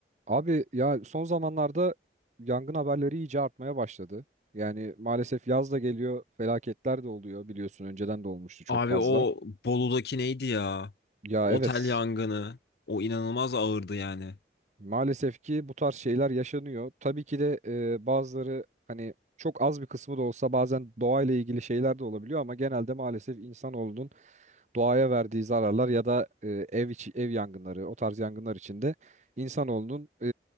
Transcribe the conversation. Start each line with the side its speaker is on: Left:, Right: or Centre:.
Right: Abi ya son zamanlarda yangın haberleri iyice artmaya başladı. Yani maalesef yaz da geliyor, felaketler de oluyor biliyorsun önceden de olmuştu çok
Left: Abi
Right: fazla.
Left: o Bolu'daki neydi ya?
Right: Ya
Left: Otel
Right: evet
Left: yangını. O inanılmaz ağırdı yani.
Right: Maalesef ki bu tarz şeyler yaşanıyor. Tabii ki de e, bazıları hani çok az bir kısmı da olsa bazen doğayla ilgili şeyler de olabiliyor ama genelde maalesef insanoğlunun doğaya verdiği zararlar ya da e, ev içi ev yangınları o tarz yangınlar içinde insanoğlunun e,